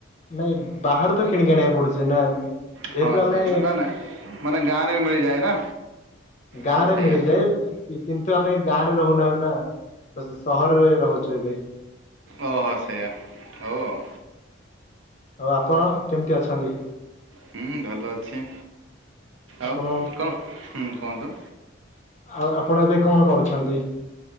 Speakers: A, on the left (about 35°); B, on the right (about 80°).
A: ନାଇଁ ବାହାରୁ ତ କିଣି କି ଆଣିବାକୁ ପଡୁଚି ନା। ଯେହେତୁ
B: ହଁ
A: ଆମେ
B: ସେଇଆ ନା ନା ମାନେ ଗାଁରେ ମିଳିଯାଏ ନା।
A: ଗାଁରେ
B: ତ ସେଇଆ
A: ମିଳିଯାଏ। କିନ୍ତୁ ଆମେ ଗାଁରେ ରହୁନା ନା ବ ସହରରେ ରହୁଚୁ ଏବେ।
B: ଓ ହୋ ସେଇଆ ହଉ ଆଉ।
A: ଆଉ ଆପଣ କେମିତି ଅଛନ୍ତି।
B: ହୁଁ ଭଲ ଅଛି
A: ଆପଣ
B: ଆଉ କଣ ହୁଁ କୁହନ୍ତୁ।
A: ଆଉ ଆପଣ ଏବେ କଣ କରୁଛନ୍ତି।